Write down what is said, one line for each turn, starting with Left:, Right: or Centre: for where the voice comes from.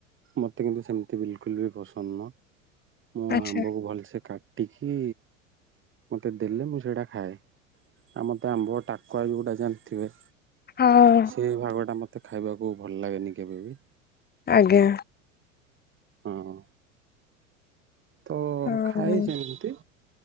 Right: ମୋତେ କିନ୍ତୁ ସେମ୍ତି ବିଲକୁଲ୍ ବି ପସନ୍ଦ ନୁହଁ ମୁଁ
Left: ଆଚ୍ଛା
Right: ଆମ୍ବକୁ ଭଲ୍ସେ କା ଟିକି ମତେ ଦେଲେ ମୁଁ ସେଇଟା ଖାଏ। ଆମ ତ ଆମ୍ବ ଟାକୁଆ ଯୋଉଟା ଜାଣିଥିବେ?
Left: ହଁଅଁ।
Right: ସେଇ ଭାଗ ଟା ମତେ ଖାଇବାକୁ ଭଲ୍ ଲାଗେନି କେବେ ବି।
Left: ଆଜ୍ଞା।
Right: ହଁ ତ
Left: ହଁ।
Right: ଖାଏ ସେମିତି